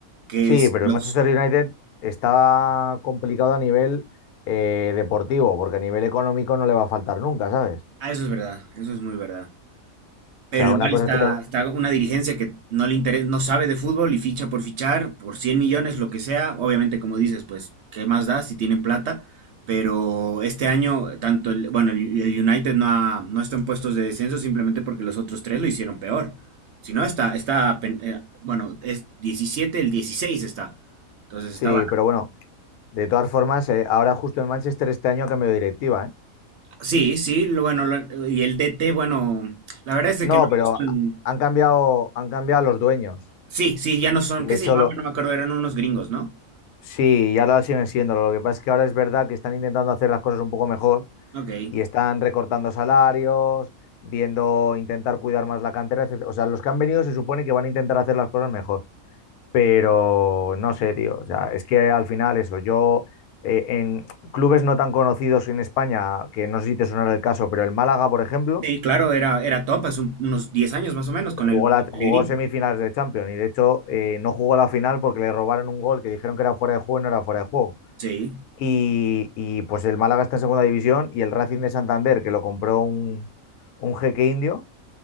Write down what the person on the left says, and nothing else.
Sí,
pero
el Manchester United está complicado a nivel eh, deportivo, porque a nivel económico no le va a faltar nunca, ¿sabes?
O sea,
una cosa
es que te...
Sí,
pero bueno. De todas formas, eh, ahora justo en Manchester este año ha cambiado de directiva, ¿eh?
No,
pero ha-
han cambiado, han cambiado los dueños.
Y
de hecho,
lo,
sí, y ahora siguen siendo. Lo que pasa es que ahora es verdad que están intentando hacer las cosas un poco mejor
y están recortando salarios, viendo, intentar cuidar más la cantera, etcétera. O sea, los que han venido se supone que van a intentar hacer las cosas mejor. Pero no sé, tío. O sea, es que al final eso, yo eh, en clubes no tan conocidos en España, que no sé si te sonará el caso, pero el Málaga, por ejemplo
Jugó,
la,
jugó semifinales de Champions y de hecho eh, no jugó la final porque le robaron un gol que dijeron que era fuera de juego y no era fuera de juego.
Y, y, pues el Málaga está en segunda división y el Racing de Santander, que lo compró un, un jeque indio,